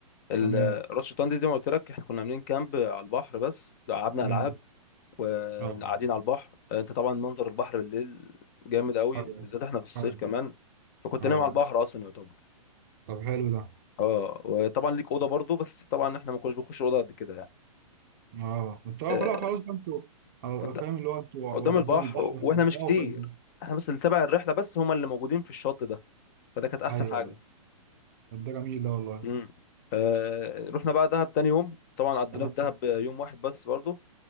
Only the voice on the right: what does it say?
تمام
امم
اه
ايوه
ايوه
ايوه
طب حلو ده
اه انت اه
خلاص خلاص بقى انتوا آه،
فاهم اللي هو انتوا
قد- قدام
البحر
في-
اه في الب-
ايوه
ايوه طب ده جميل ده والله
آه،